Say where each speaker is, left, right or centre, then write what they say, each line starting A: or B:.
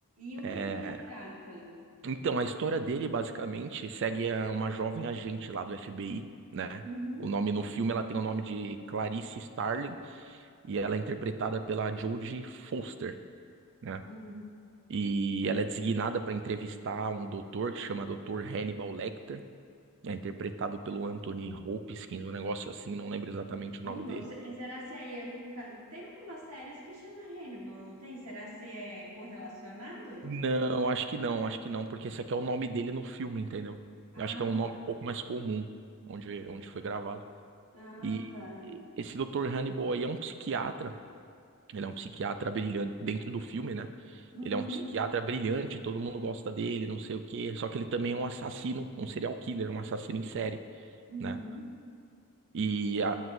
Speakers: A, on the right; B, on the right.
A: E o
B: É,
A: que que retrata?
B: então, a história dele, basicamente, segue a uma jovem agente lá do FBI, né?
A: Uhum.
B: O nome no filme, ela tem o nome de Clarice Starling e ela é interpretada pela Jodie Foster, né?
A: Hum,
B: E ela é designada para entrevistar um doutor que chama Doutor Hannibal Lecter, é interpretado pelo Anthony Hopkins, um negócio assim, não lembro exatamente
A: Hannibal,
B: o nome dele.
A: se- será se aí é por causa... Tem umas séries que chama Hannibal, não tem? Será se é correlacionado?
B: Não, acho que não, acho que não, porque esse aqui é o nome dele no filme, entendeu?
A: Ah,
B: Eu acho que é um nome
A: tá.
B: um pouco mais comum onde, onde foi gravado.
A: Ah,
B: E
A: tá.
B: e esse Dr. Hannibal aí é um psiquiatra, ele é um psiquiatra brilhante dentro do filme, né?
A: Uhum,
B: Ele é um psiquiatra brilhante, todo mundo gosta dele, não sei o quê, só que ele também é um assassino, um serial killer, um assassino em série,
A: uhum.
B: né? E a,